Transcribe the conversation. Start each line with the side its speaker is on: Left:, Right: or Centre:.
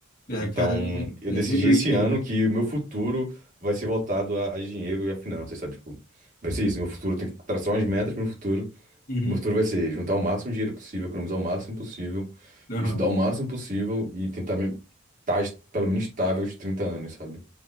Left: É,
Right: Então,
Left: cara, é-
Right: eu decidi
Left: é- é, eu
Right: esse
Left: entendo.
Right: ano que o meu futuro vai ser voltado a, a dinheiro e a finanças, sabe? Tipo, vai ser isso. Meu futuro tem que traçar umas metas pro meu futuro.
Left: Uhum.
Right: Meu futuro vai ser juntar o máximo de dinheiro possível, economizar o máximo possível,
Left: Aham.
Right: estudar o máximo possível e tentar me, tá, es- pelo menos estável aos 30 anos, sabe?